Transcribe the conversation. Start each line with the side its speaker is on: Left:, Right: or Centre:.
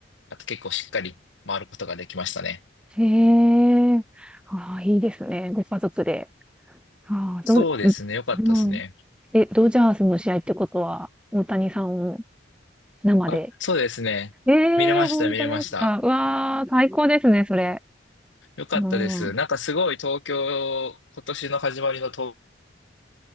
Left: あと結構しっかり回ることができましたね。
Centre: へえ、ああ、いいですね。ご家族で。ああ、
Left: そうですね。
Centre: どう、うんうん
Left: よかったですね。
Centre: え、ドジャースの試合ってことは、大谷さんを生で。
Left: あ、そうですね。
Centre: ええ、
Left: 見れました、
Centre: 本当ですか。
Left: 見れました。
Centre: うわあ、最高ですね、それ。
Left: よかったです。
Centre: もう、
Left: なんかすごい東京、今年の始まりの東